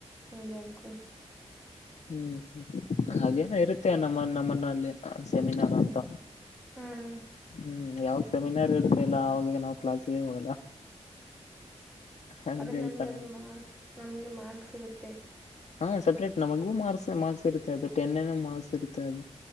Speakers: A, in the centre; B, on the left.
A: ಹಂಗೆ ಅನ್ಕೊಳ್ಳಿ
B: ಹ್ಮ್ ಹ್ಮ್
A: ಹ್ಮ್
B: ಹಾಗೇನ ಇರುತ್ತೆ ನಮ್ಮ ನಮ್ಮನಲ್ಲಿ ಸೆಮಿನಾರ್ ಅಂತ
A: ಹ್ಮ್
B: ಹ್ಮ್ ಯಾವಾಗ ಸೆಮಿನಾರ್ ಇರುತ್ತೆ ಇಲ್ಲ ಅವಾಗ ನಾವು ಕ್ಲಾಸ್ಗೆ ಹೋಗಲ್ಲ ಹಂಗೆ
A: ಆದ್ರೆ ನಮಗೆ
B: ಐತ
A: ಅದು
B: ನಮ್ದು
A: ಮಾರ್ಕ್ ನಮ್ಗೆ ಮಾರ್ಕ್ಸ್ ಸಿಗುತ್ತೆ
B: ಹಾ ಸಪ್ರೇಟ್ ನಮಗೂ ಮಾರ್ಕ್ಸ್ ಮಾರ್ಕ್ಸ್ ಇರುತ್ತೆ ಅದು ಟೆನ್ ಏನೊ ಮಾರ್ಕ್ಸ್ ಇರುತ್ತೆ ಅದು